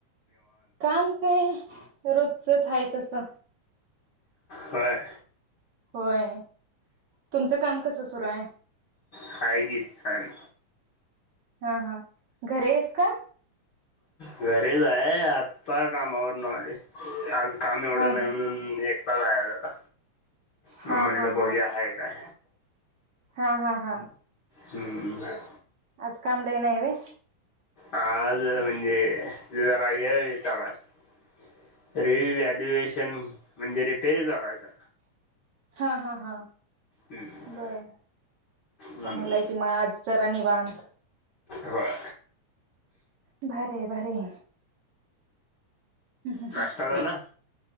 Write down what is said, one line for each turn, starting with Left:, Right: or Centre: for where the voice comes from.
Right: काम काय रोजचच आहे तसं.
Left: होय.
Right: होय तुमचं काम कसं सुरू हाय.
Left: हाय कि छान.
Right: हा हा घरी आहेस का?
Left: घरीच आहे आत्ता कामावर न आलोय. आज काम एवढं
Right: हा
Left: नाही
Right: हा
Left: म्हणून एकटाच आहे आता. मग
Right: हा
Left: म्हणलं
Right: हा
Left: बघुया
Right: हा
Left: हाय काय.
Right: हा हा हा.
Left: हम्म.
Right: आज काम लयी नाही होय.
Left: आज म्हणजे जरा हे चालु आहे. रिव्हल्युएशन म्हणजे रिपेरी चालु सर.
Right: हा हा हा.
Left: हम्म
Right: बर चांगलं
Left: म्हणून
Right: आहे कि म आज जरा निवांत.
Left: होय.
Right: भारी भारीय. ह
Left: नाश्ता
Right: ह
Left: झाला